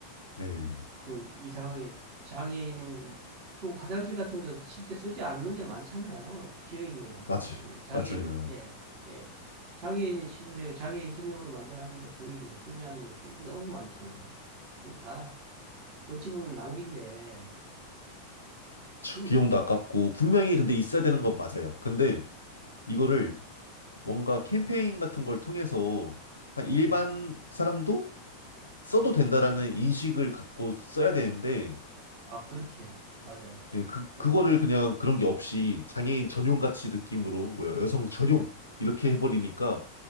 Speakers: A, on the left; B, on the right.
A: 네,
B: 그 이상하게 장애인 그 화장실 같은 거 실제 쓰지 않는 게 많잖아요. 비어 있는 화장실.
A: 맞아요.
B: 장애
A: 맞아요.
B: 예, 예. 장애인 시설에 장애인 전용으로 만들었는데 거의 뭐 쓰지 않는 것들이 너무 많잖아요. 그거 다 어찌 보면 낭비인데
A: 참,
B: 그
A: 비용도 아깝고, 분명히 근데 있어야 되는 건 맞아요. 근데 이거를 뭔가 캠페인 같은 걸 통해서 그냥 일반
B: 예.
A: 사람도 써도 된다라는 인식을 갖고 써야 되는데,
B: 아, 그렇게 맞아요.
A: 네, 그,
B: 그래서
A: 그거를 그냥 그런 게 없이 장애인 전용 같이 느낌으로, 뭐 여성 전용
B: 예.
A: 이렇게 해버리니까